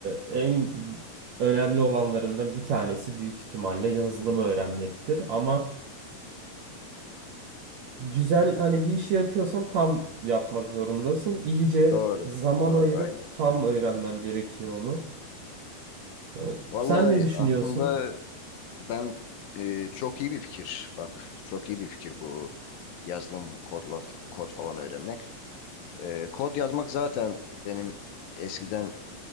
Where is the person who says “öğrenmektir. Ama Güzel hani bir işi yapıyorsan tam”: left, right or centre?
Right